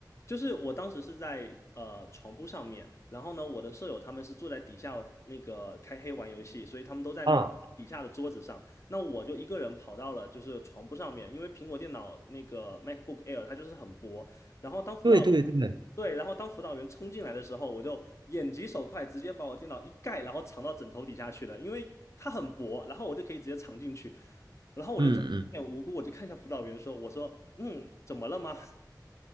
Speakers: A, on the left (about 40°); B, on the right (about 80°).
A: 就是我当时是在呃床铺上面，然后呢，我的舍友他们是坐在底下那个开黑玩游戏，所以他们都在那底下的桌子上。
B: 啊？
A: 那我就一个人跑到了就是床铺上面，因为苹果电脑那个 MacBook Air 它就是很薄。然后当辅导
B: 对对对，
A: 对，然后当辅导员冲进来的时候，我就眼疾手快，直接把我电脑一盖，然后藏到枕头底下去了，因为它很薄，然后我就可以直接藏进去。然后我就装作一脸无辜，
B: 嗯嗯
A: 我就看向辅导员说：“我说，嗯，怎么了吗？”